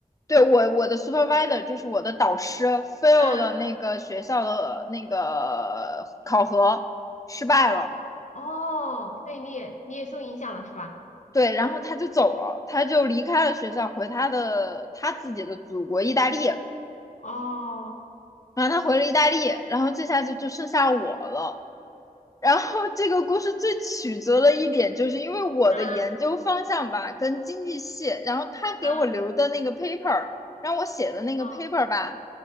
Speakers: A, on the left; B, on the left.
A: 对我我的 supervisor 就是我的导师 fail
B: 嗯，
A: 了那个学校的那个考核，失败了。
B: 哦哦，所以你也你也受影响了是吧？
A: 对，然后他就走了，他就离开了学校，回他的他自己的祖国意大利。
B: 哦，
A: 然后他回了意大利，然后这下就就剩下我了。然后这个故事最曲折的一点，
B: 哦
A: 就是因为我的研究方向吧，
B: 嗯
A: 跟经济系，然后他给我留的那个
B: 嗯
A: paper，让我写的那个
B: 哦
A: paper 吧，